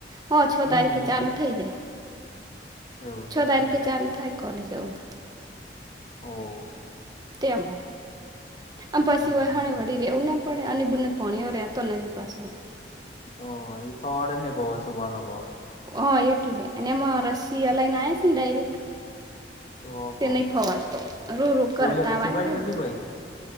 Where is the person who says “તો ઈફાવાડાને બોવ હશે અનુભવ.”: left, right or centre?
Left